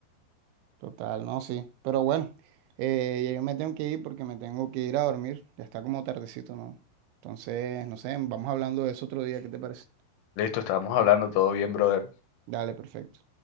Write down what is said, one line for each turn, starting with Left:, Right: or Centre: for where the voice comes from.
Right: Total, no, sí. Pero bueno, eh, ya yo me tengo que ir porque me tengo que ir a dormir. Ya está como tardecito, ¿no? Entonces, no sé, vamos hablando de eso otro día, ¿qué te parece?
Left: Listo, estábamos hablando todo bien, brother.
Right: Dale, perfecto.